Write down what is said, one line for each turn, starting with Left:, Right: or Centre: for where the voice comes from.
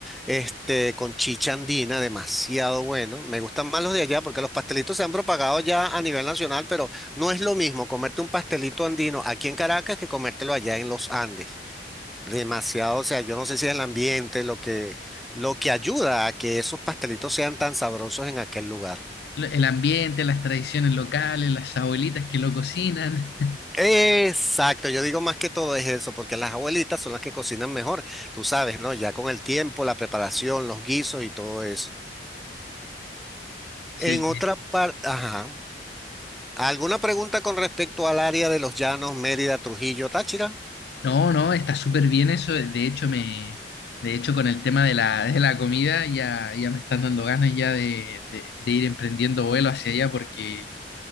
Centre: Este, con chicha andina, demasiado bueno. Me gustan más los de allá porque los pastelitos se han propagado ya a nivel nacional, pero no es lo mismo comerte un pastelito andino aquí en Caracas que comértelo allá en los Andes. Demasiado, o sea, yo no sé si es el ambiente lo que, lo que ayuda a que esos pastelitos sean tan sabrosos en aquel lugar.
Left: Lo- El ambiente, las tradiciones locales, las abuelitas que lo cocinan.
Centre: Exacto, yo digo más que todo es eso, porque las abuelitas son las que cocinan mejor, tú sabes, ¿no? Ya con el tiempo, la preparación, los guisos y todo eso.
Left: Sí,
Centre: En otra parte, ajá. ¿Alguna pregunta con respecto al área de los Llanos, Mérida, Trujillo, Táchira?
Left: no, no, está súper bien eso. De hecho, me, de hecho, con el tema de la, de la comida ya, ya me están dando ganas ya de, de- de ir emprendiendo vuelo hacia allá porque